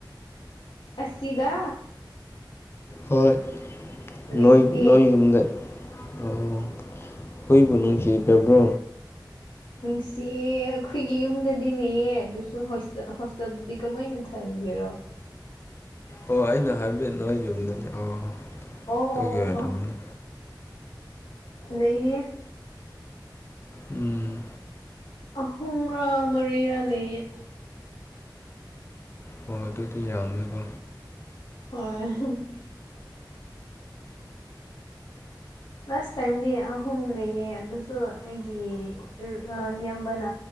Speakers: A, on the left; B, on the left.
A: ꯑꯁꯤꯗ
B: ꯍꯣꯏ
A: ꯂꯩꯇꯦ
B: ꯅꯣꯏ ꯅꯣꯏ ꯌꯨꯝꯗ ꯑꯣ ꯍꯨꯏꯕꯨ ꯅꯨꯡꯁꯤꯇꯔꯕ꯭ꯔꯣ
A: ꯅꯨꯡꯁꯤꯌꯦ ꯑꯈꯣꯏꯒꯤ ꯌꯨꯝꯗꯗꯤ ꯅꯦꯌꯦ ꯑꯗꯨꯁꯨ ꯍꯣꯏꯁꯇ ꯍꯣꯁꯇꯦꯜꯗꯗꯤ ꯀꯃꯥꯏꯅ ꯊꯍꯒꯦꯔꯣ
B: ꯑꯣ ꯑꯩꯅ ꯍꯥꯏꯐꯠ ꯅꯣꯏ ꯌꯨꯝꯗꯗꯤ ꯑꯣ
A: ꯑꯣ ꯑꯣ
B: ꯑꯗꯨꯒꯤ
A: ꯑꯣ
B: ꯑꯣꯏꯔꯝꯅꯤ
A: ꯑꯣ ꯂꯩꯌꯦ
B: ꯎꯝ
A: ꯑꯍꯨꯝꯔꯥ ꯃꯔꯤꯔꯥ ꯂꯩꯌꯦ
B: ꯍꯣꯏ ꯑꯗꯨꯗꯤ ꯌꯥꯝꯃꯦꯀꯣ
A: ꯍꯣꯏ ꯂꯥꯁ ꯇꯥꯏꯝꯗꯤ ꯑꯍꯨꯝ ꯂꯩꯌꯦ ꯑꯗꯨꯁꯨ ꯑꯩꯒꯤ ꯑꯔ ꯑ ꯏꯌꯥꯝꯕꯅ